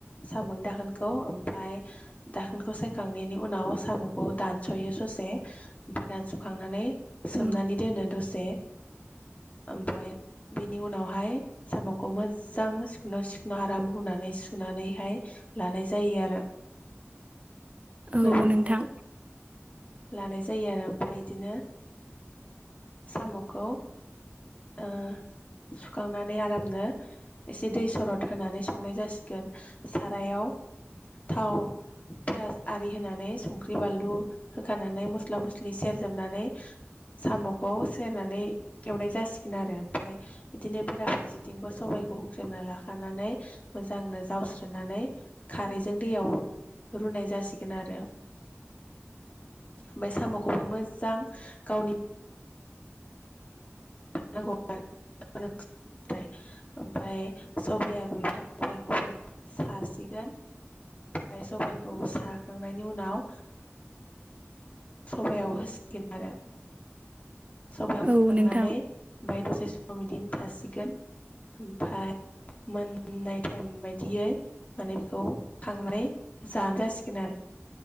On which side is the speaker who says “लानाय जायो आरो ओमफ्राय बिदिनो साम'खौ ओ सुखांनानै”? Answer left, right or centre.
Left